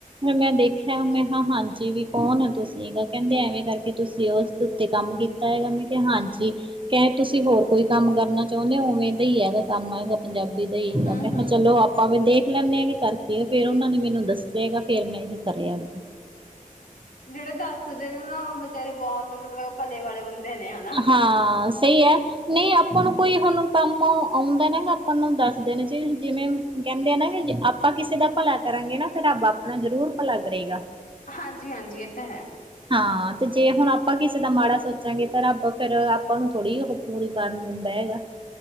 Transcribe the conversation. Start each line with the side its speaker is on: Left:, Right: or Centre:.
Right: ਫਿਰ ਮੈਂ ਦੇਖਿਆ ਮੈਂ ਹਾ ਹਾ ਹਾਂਜੀ ਵੀ ਕੌਣ ਤੁਸੀਂ ਕਹਿੰਦੇ ਐਵੇਂ ਕਰਕੇ ਤੁਸੀਂ ਉਸਦੇ ਉੱਤੇ ਕੰਮ ਕੀਤ ਕੀਤਾ ਹੈਗਾ ਮੈਂ ਕਿ ਹਾਂਜੀ ਕ ਤੁਸੀਂ ਹੋਰ ਕੋਈ ਕੰਮ ਕਰਨਾ ਚਾਹੁੰਦੇ ਹੋ ਔਨਲਾਈਨ? ਦਾ ਹੀ ਹੈਗਾ ਕੰਮ, ਪੰਜਾਬੀ ਦਾ ਈ
Left: ਹਮ
Right: ਕੰਮ ਐ ਮੈਂ ਕਿਹਾ
Left: ਹਮ
Right: ਚਲੋ ਆਪ ਭਾਵੇਂ ਦੇਖ ਲੈਂਦੇ ਆ ਕਿ ਕਰਕੇ ਫਿਰ ਉਹਨਾਂ ਨੇ ਮੈਨੂੰ ਦੱਸਿਆ ਹੈਗਾ ਫਿਰ ਮੈਂ ਇਹੀ ਕਰਿ ਲਿਆ ਅੱਗੇ।
Left: ਜਿਹੜੇ ਦੱਸਦੇ ਨੇ ਨਾ ਉਹ ਬੇਚਾਰੇ ਬਹੁਤ ਮਤਲੱਬ ਭਲੇ ਵਾਲੇ ਬੰਦੇ ਨੇ ਹਨਾ
Right: ਹਾਂ, ਸਹੀ ਐ। ਨਈ ਆਪਾਂ ਨੂੰ ਕੋਈ ਹੁਣ ਕੰਮ ਆਉਂਦਾ ਨਾ ਆਪਾਂ ਨੂੰ ਦੱਸ ਦੇਨੇ ਚਾਈਦੇ ਜਿਵੇਂ ਕਹਿੰਦੇ ਆ ਨਾ ਕਿ ਆਪਾਂ ਕਿਸੇ ਦਾ ਭਲਾ ਕਰਾਂਗੇ ਨਾ ਤੇ ਰੱਬ ਆਪਣਾ ਜ਼ਰੂਰ ਭਲਾ ਕਰੇਗਾ।
Left: ਹਾਂਜੀ ਹਾਂਜੀ ਇਹ ਤਾਂ ਹੈ।
Right: ਹਾਂ ਤੇ ਜੇ ਹੁਣ ਆਪਾਂ ਕਿਸੇ ਦਾ ਮਾੜਾ ਸੋਚਾਂਗੇ ਤਾਂ ਰੱਬ ਫਿਰ ਆਪਾਂ ਨੂੰ ਥੋੜ੍ਹੀ ਉਹ ਪੂਰੀ ਕਰਨ ਦਿੰਦਾ ਹੈਗਾ,